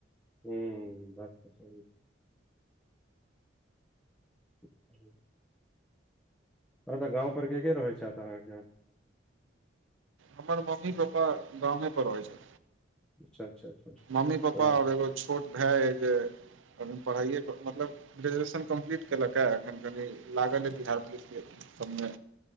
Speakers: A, in the centre; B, on the right.
A: हे हे बात तऽ सही छै <inaudible> आ त गाव पर के के रहै छै अहाँकेँ
B: हमर मम्मी पप्पा गामे पर रह छै
A: अच्छा अच्छा अच्छा अच्छा
B: मम्मी पप्पा ओर एगो छोट भाय जे पढ़ाइए मतलब ग्रेजुएशन कम्प्लीट केलक है एखन कनि लागल हइ बिहार पुलिस के सभमे